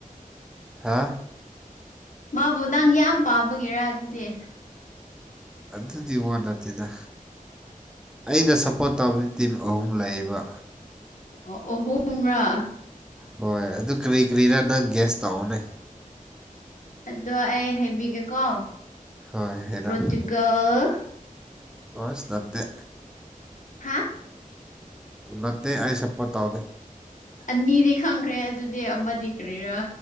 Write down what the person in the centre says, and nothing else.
ꯍꯥ
ꯑꯗꯨꯗꯤ ꯋꯥ ꯅꯠꯇꯦꯗ ꯑꯩꯅ ꯁꯞꯄꯣꯔꯠ ꯇꯧꯕꯗꯤ ꯇꯤꯝ ꯑꯍꯨꯝ ꯂꯩꯌꯦꯕ
ꯍꯣꯏ ꯑꯗꯨ ꯀꯤꯔꯤ ꯀꯤꯔꯤꯔ ꯅꯪ ꯒ꯭ꯌꯦꯁ ꯇꯧꯑꯣꯅꯦ
ꯍꯣꯏ ꯍꯥꯏꯔꯣ
ꯑꯁ ꯅꯠꯇꯦ
ꯅꯠꯇꯦ ꯑꯩ ꯁꯄꯣꯔꯠ ꯇꯧꯗꯦ